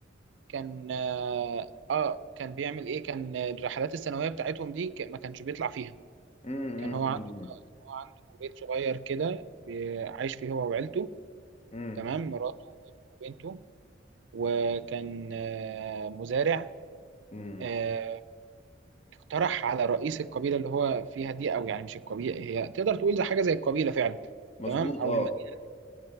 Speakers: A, on the right (about 75°); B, on the left (about 35°).
A: كان آه آه، كان بيعمل إيه كان الرحلات السنوية بتاعتهم دي ك- ما كانش بيطلع فيها
B: أمم،
A: كان هو عنده
B: أمم،
A: هو عنده بيت صغير كده بي- عايش فيه هو وعيلته
B: أمم،
A: تمام مراته وابنه وبنته وكان آه، مزارع
B: أمم.
A: آه، اقترح على رئيس القبيلة اللي هو فيها دي أو يعني مش القبيلة هي تقدر تقول زي حاجة زي القبيلة فعلا
B: مظبوط
A: تمام أو
B: اه
A: المدينة